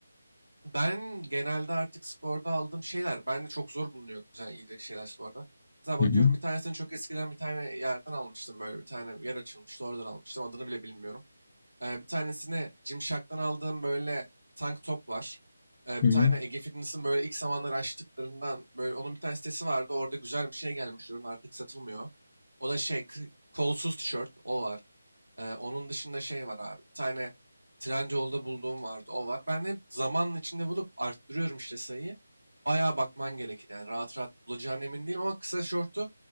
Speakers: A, on the right; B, on the left.
A: Ben genelde artık sporda aldığım şeyler, ben de çok zor bulunuyor güzel giyecek şeyler sporda. Mesela bakıyorum
B: Hı hı,
A: bir tanesini çok eskiden bir tane yerden almıştım böyle bir tane bir yer açılmıştı oradan almıştım adını bile bilmiyorum. Ee, bir tanesini Gymshark'tan aldığım böyle tank top var. Ee,
B: hı
A: bir
B: hı,
A: tane Ege Fitness'ın böyle ilk zamanları açtıklarından böyle onun bir tane sitesi vardı orada güzel bir şey gelmiş ürün artık satılmıyor. O da şey kı- kolsuz tişört o var. Ee, onun dışında şey var abi. Bir tane Trendyol'da bulduğum vardı. O var. Ben hep zamanın içinde bulup arttırıyorum işte sayıyı. Bayağı bakman gerekir. Yani rahat rahat bulacağına emin değilim ama kısa şortu